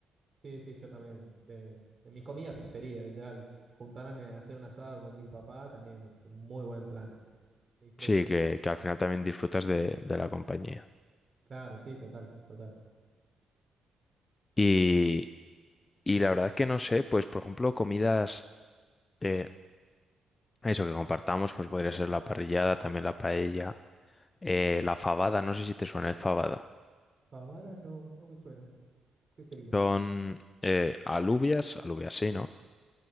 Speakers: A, on the right (about 30°); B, on the left (about 20°).
A: Sí, sí, yo también. De, de mis comidas preferidas, ideal. Juntarme a hacer un asado con mi papá también es un muy buen plan. Disfruto.
B: Sí, que, que al final también disfrutas de, de la compañía.
A: Claro, sí, total, total.
B: Y, y la verdad que no sé, pues por ejemplo, comidas, eh, eso que compartamos, pues podría ser la parrillada, también la paella, eh, la fabada, no sé si te suena el fabada.
A: Fabada no, no me suena. ¿Qué sería?
B: Son eh, alubias, alubias sí, ¿no?